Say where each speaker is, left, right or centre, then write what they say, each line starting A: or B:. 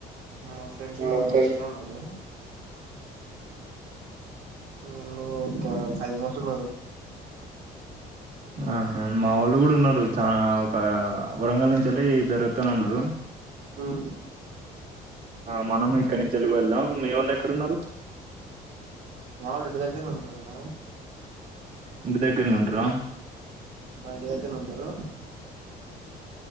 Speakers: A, on the right; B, on the right.
A: మా ఫ్రెండ్స్ ఉన్నారు
B: మస
A: వస్తా అన్నారు అల్లో ఒక ఫైవ్ ఆర్స్ ఉన్నారు
B: ఆహ మా వాళ్ళు కూడా ఉన్నారు చనాా ఒక వరంగల్ నుంచి ఇద్దరు ఒత్తనన్నరు
A: ఉమ్
B: ఆ మనం ఇక్కడి నుంచి వెళ్దాం మీవొళ్ళు ఎక్కడన్నారు
A: మావోళ్ళు ఇంటిదగ్గరే ఉంట్రన్న
B: ఇంటి దగ్గర్నే ఉంటరా
A: మా ఇంటి దగ్గరనే ఉంటారు